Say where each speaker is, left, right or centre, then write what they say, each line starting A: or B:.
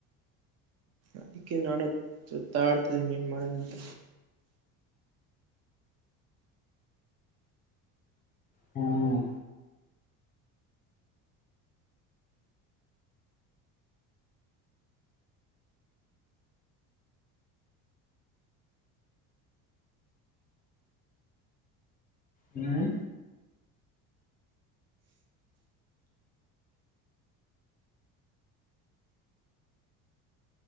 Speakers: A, on the right; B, on the left.
A: ಅದಕ್ಕೆ ನಾನುುತ್ತಾ ಆಡ್ತಿದ್ದೀನಿ ಏನ್ ಮಾಡದಂತ
B: ಹ್ಮ್ ಹ್ಮ ಹ್ಮ್